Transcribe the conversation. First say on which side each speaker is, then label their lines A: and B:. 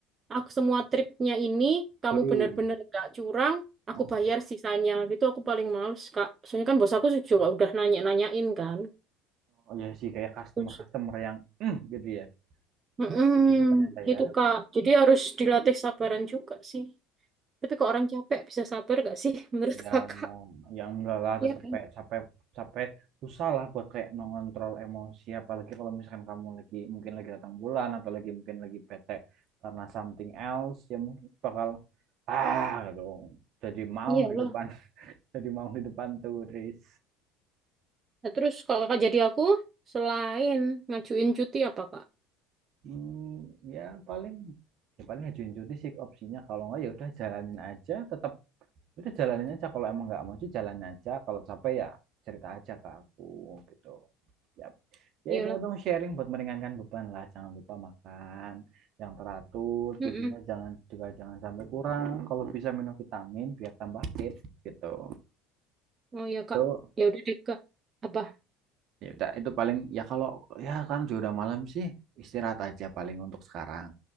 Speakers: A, on the right; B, on the right.
A: aku semua tripnya ini, kamu
B: baru.
A: benar-benar nggak curang, aku
B: Oh.
A: bayar sisanya. Itu aku paling males, Kak. Soalnya kan bos aku juga udah nanya-nanyain kan.
B: Oh iya sih kayak customer-customer
A: Terus,
B: yang "Mm," gitu ya.
A: mm
B: Kayak Gitu ternyata ya.
A: itu Kak. Jadi harus dilatih sabaran juga sih. Tapi kok orang capek bisa sabar gak sih <laughs> menurut
B: Ya
A: Kakak?
B: ya enggak lah
A: Iya
B: tetap
A: kan?
B: kayak capek capek susah lah buat kayak mengontrol emosi apalagi kalau misalkan kamu lagi mungkin lagi datang bulan atau lagi mungkin lagi bete karena something else ya mungkin bakal ah gitu. Jadi maung
A: Iyalah.
B: di depan <laughs> jadi maung di depan turis.
A: Nah, terus kalau kakak jadi aku, selain ngajuin cuti apa kak?
B: Hmm, ya paling ya paling ajuin cuti sih opsinya kalau enggak ya udah jalanin aja tetap Udah jalanin aja kalau emang nggak mau sih jalan aja. Kalau capek ya cerita aja ke aku gitu. Ya, ya
A: Iyalah.
B: hitung-hitung sharing buat meringankan beban lah. Jangan lupa makan yang teratur,
A: Mm-mm.
B: tidurnya jangan juga jangan sampai kurang. Kalau bisa minum vitamin biar tambah fit gitu.
A: Oh ya kak.
B: Itu
A: Ya udah deh kak. Apa?
B: ya udah itu paling ya kalau ya kan juga udah malam sih istirahat aja paling untuk sekarang